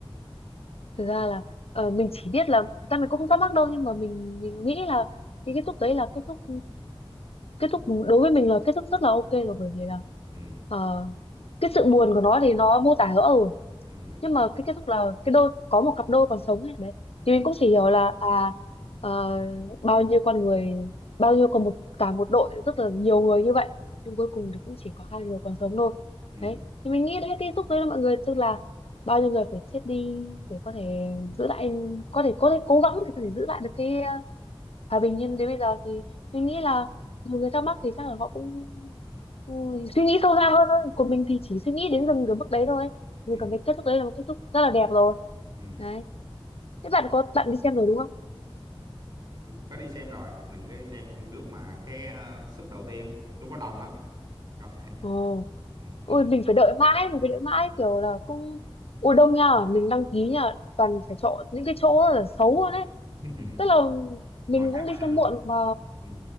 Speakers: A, on the left (about 85°); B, on the right (about 45°).
A: thực ra là ờ, mình chỉ biết là thực ra mình cũng không thắc mắc đâu nhưng mà mình mình nghĩ là cái kết thúc đấy là kết thúc kết thúc đối với mình là kết thúc rất là ok rồi bởi vì là
B: ừ
A: ờ, cái sự buồn của nó thì nó mô tả rõ ở
B: ừ
A: nhưng mà cái kết thúc là cái đôi có một cặp đôi còn sống ấy đấy thì
B: ừ
A: mình cũng chỉ hiểu là à ờ, bao nhiêu con người bao nhiêu còn một cả một đội rất là nhiều người như vậy nhưng cuối cùng thì cũng chỉ có hai người còn sống thôi
B: ừ
A: đấy thì mình nghĩ đấy cái kết thúc đấy là mọi người tức là bao nhiêu người phải chết đi để có thể giữ lại có thể có thể cố gắng để có thể giữ lại được cái ờ, hòa bình nhưng đến bây giờ thì mình
B: ừ ừ
A: nghĩ là nhiều người thắc mắc thì chắc là họ cũng ừ, suy nghĩ sâu xa hơn thôi. của mình thì chỉ suy nghĩ đến dừng cái mức đấy thôi nhưng
B: ừ
A: còn cái kết thúc đấy là một kết thúc rất là đẹp rồi
B: ừ
A: đấy thế bạn có bạn đi xem rồi đúng không
B: có đi xem rồi mình cứ đi xem lúc mà cái ờ, suất đầu tiên lúc có đông lắm coi
A: Ồ.
B: <laughs> ừ,
A: Ui mình phải đợi mãi, mình phải đợi mãi kiểu là cũng ui đông nha, mình đăng ký nha, toàn phải chọn những cái chỗ là xấu luôn đấy.
B: <laughs>
A: Tức là mình
B: Ngồi sát
A: cũng đi
B: màn hình
A: xem
B: luôn.
A: muộn mà
B: Ừ,